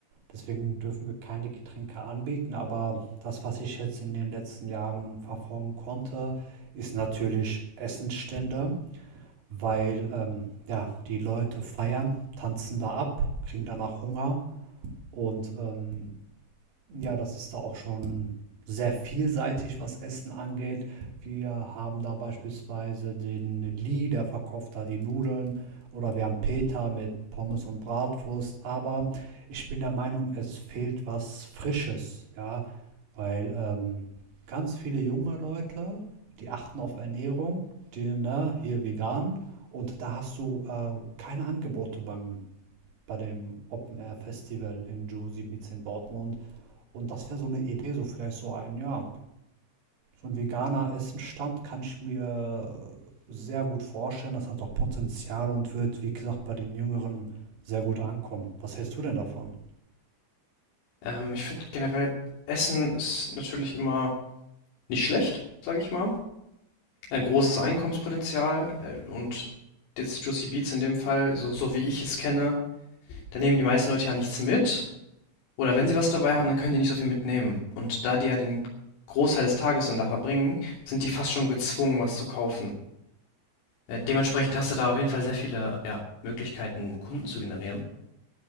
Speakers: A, on the right (about 60°); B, on the left (about 85°).
A: Deswegen dürfen wir keine Getränke anbieten, aber das, was ich jetzt in den letzten Jahren verfolgen konnte, ist natürlich Essensstände, weil ähm, ja, die Leute feiern, tanzen da ab, kriegen danach Hunger und ähm, ja, das ist da auch schon sehr vielseitig, was Essen angeht. Wir haben da beispielsweise den Lee, der verkauft da die Nudeln. Oder wir haben Peter mit Pommes und Bratwurst. Aber ich bin der Meinung, es fehlt was Frisches, ja. Weil ähm, ganz viele junge Leute, die achten auf Ernährung, die, ne, hier vegan. Und da hast du äh, keine Angebote beim bei dem Open Air Festival in Juicy Beats in Dortmund. Und das wäre so eine Idee, so vielleicht so ein, ja, so ein veganer Essenstand kann ich mir sehr gut vorstellen. Das hat auch Potenzial und wird, wie gesagt, bei den Jüngeren sehr gut ankommen. Was hältst du denn davon?
B: Ähm, ich finde generell, Essen ist natürlich immer nicht schlecht, sage ich mal. Ein großes Einkommenspotenzial äh, und jetzt Juicy Beats in dem Fall, so, so wie ich es kenne, da nehmen die meisten Leute ja nichts mit. Oder wenn sie was dabei haben, dann können die nicht so viel mitnehmen. Und da die ja den Großteil des Tages dann da verbringen, sind die fast schon gezwungen, was zu kaufen. Äh, dementsprechend hast du da auf jeden Fall sehr viele ja, Möglichkeiten, Kunden zu generieren.